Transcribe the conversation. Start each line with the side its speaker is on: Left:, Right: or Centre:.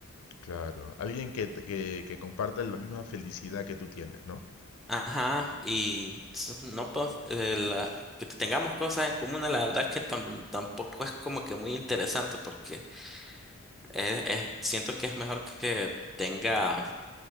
Left: Claro, alguien que, te- que, que comparte la misma felicidad que tú tienes, ¿no?
Centre: Ajá, y s- no pues, eh, la- que tengamos cosas en común, la verdad que tam- tampoco es como que muy interesante porque Es, es- siento que es mejor que tenga